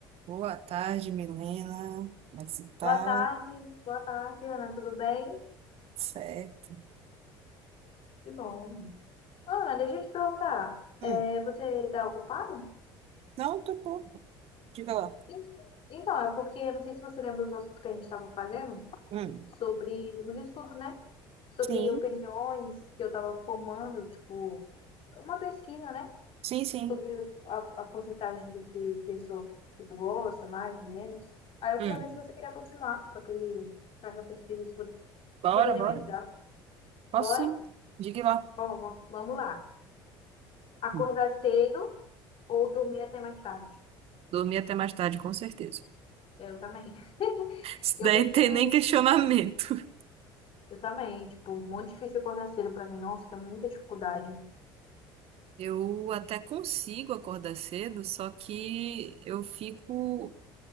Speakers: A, on the right; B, on the left.
A: Boa tarde, Milena. Como é que você tá?
B: Boa tarde, boa tarde, Ana, tudo bem?
A: Certo.
B: Que bom. Ana, deixa eu te perguntar,
A: Hum.
B: é, você está ocupado?
A: Não, tô bom. Diga lá.
B: En- Então, é porque, não sei se você lembra dos assuntos que a gente estava fazendo,
A: Hum.
B: sobre os estudos, né? Sobre
A: Sim,
B: opiniões que eu estava formando, tipo, uma pesquisa, né?
A: sim, sim.
B: Sobre a, a porcentagem de que pessoa, tipo, gosta, mais, menos. Aí eu
A: Hum.
B: queria ver se você queria continuar com aquele, com aquela pesquisa, se pod-
A: Bora,
B: se poderia
A: bora.
B: me ajudar.
A: Posso
B: Bora?
A: sim. Diga lá.
B: Ó, vamos lá. Acordar
A: Hum.
B: cedo ou dormir até mais tarde?
A: Dormi até mais tarde, com certeza.
B: Eu também. <laughs>
A: Isso
B: Eu
A: daí
B: prefiro.
A: não tem nem questionamento. <laughs>
B: Eu também. Tipo, muito difícil acordar cedo pra mim. Nossa, tenho muita dificuldade.
A: Eu até consigo acordar cedo, só que eu fico